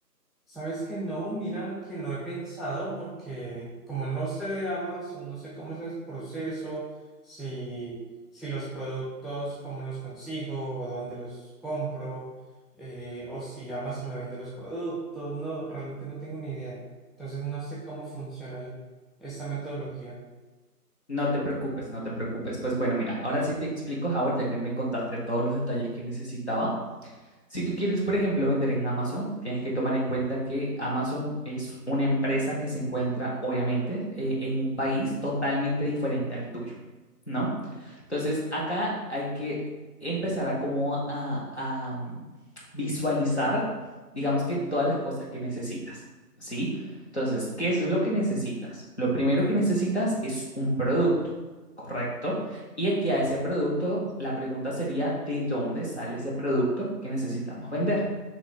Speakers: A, in the centre; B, on the left.
A: Sabes que no, mira que no he pensado porque como no sé de Amazon, no sé cómo es el proceso, si, si los productos, cómo los consigo o dónde los compro, eh, o si Amazon me vende los productos, no, realmente no tengo ni idea. Entonces no sé cómo funciona el- esta metodología.
B: No te preocupes, no te preocupes. Pues bueno, mira, ahora sí te explico, Howard, ya que me contaste todos los detalles que necesitaba. Si tú quieres, por ejemplo, vender en Amazon, tienes que tomar en cuenta que Amazon es una empresa que se encuentra, obviamente, eh, en un país totalmente diferente al tuyo, ¿no? Entonces, acá hay que empezar a como a, a, mm, visualizar, digamos que todas las cosas que necesitas, ¿sí? Entonces, ¿qué es lo que necesitas? Lo primero que necesitas es un producto, ¿correcto? Y aquí a ese producto, la pregunta sería, ¿de dónde sale ese producto que necesitamos vender?